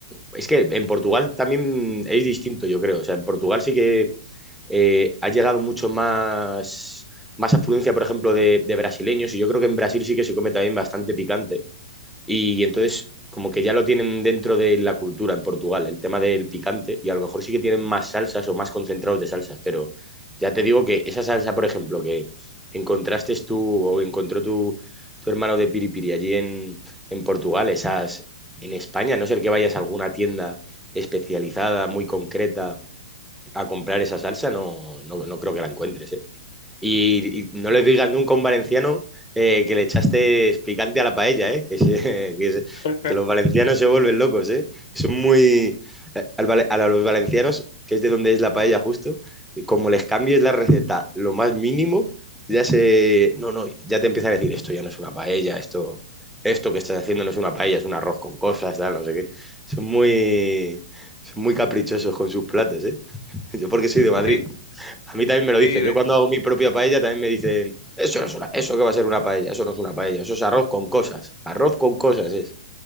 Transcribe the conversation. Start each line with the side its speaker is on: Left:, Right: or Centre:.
Centre: mm, es que en Portugal también es distinto, yo creo. O sea, en Portugal sí que eh, ha llegado mucho más, más afluencia, por ejemplo, de, de brasileños. Y yo creo que en Brasil sí que se come también bastante picante. Y entonces, como que ya lo tienen dentro de la cultura en Portugal, el tema del picante, y a lo mejor sí que tienen más salsas o más concentrados de salsas, pero ya te digo que esa salsa, por ejemplo, que encontraste tú o encontró tu, tu hermano de Piripiri allí en, en Portugal, esas en España, a no ser que vayas a alguna tienda especializada, muy concreta, a comprar esa salsa, no, no, no creo que la encuentres, ¿eh? Y, y no le digas nunca a un valenciano eh, que le echaste picante a la paella, ¿eh? Que, se- <laughs> que se-
Left: <laughs>
Centre: que los valencianos se vuelven locos, ¿eh? Son muy... eh, al vale- a los valencianos, que es de donde es la paella justo, como les cambies la receta lo más mínimo, ya se... No, no, ya te empiezan a decir, esto ya no es una paella, esto... Esto que estás haciendo no es una paella, es un arroz con cosas, tal, no sé qué. Son muy, son muy caprichosos con sus platos, ¿eh? <laughs> Yo porque soy de Madrid.
Left: Sí,
Centre: A mí también me lo
Left: sí,
Centre: dicen.
Left: de,
Centre: Yo cuando hago mi propia paella también me dicen, eso no es una, eso que va a ser una paella, eso no es una paella, eso es arroz con cosas. Arroz con cosas es.